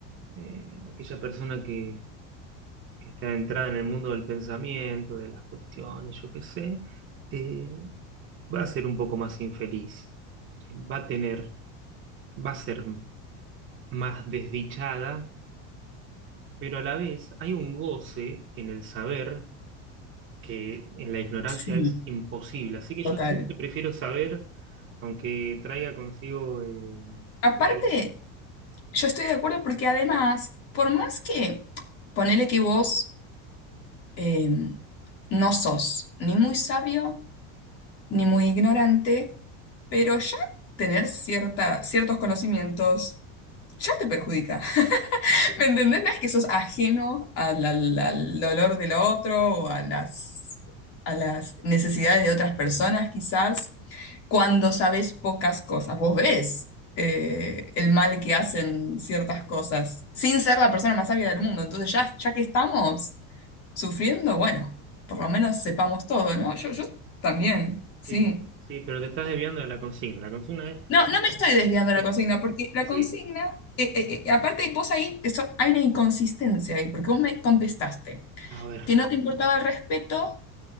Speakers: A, on the right (about 35°); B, on the left (about 40°).
A: eh, aquella persona que, que está entrada en el mundo del pensamiento, de las cuestiones, yo qué sé, eh, va a ser un poco más infeliz, va a tener, va a ser más desdichada, pero a la vez hay un goce en el saber que en la ignorancia
B: Sí,
A: es imposible. Así que
B: total.
A: yo siempre prefiero saber, aunque traiga consigo eh,
B: Aparte,
A: todas las-
B: yo estoy de acuerdo porque además, por más que ponele que vos eh, no sos ni muy sabio ni muy ignorante, pero ya tener cierta, ciertos conocimientos ya te perjudica. ¿Me entendés? No es que sos ajeno al, al- al dolor del otro o a las, a las necesidades de otras personas, quizás, cuando sabes pocas cosas. Vos ves eh, el mal que hacen ciertas cosas, sin ser la persona más sabia del mundo. Entonces, ya, ya que estamos sufriendo, bueno, por lo menos sepamos todo, ¿no? Yo, yo también, sí.
A: Sí, sí, pero te estás desviando de la consigna. La consigna es...
B: No, no me estoy desviando de
A: Sí,
B: la consigna, porque la
A: sí.
B: consigna, eh, eh, eh, aparte vos ahí, eso, hay una inconsistencia ahí, porque vos me contestaste
A: A ver,
B: que no te importaba el respeto,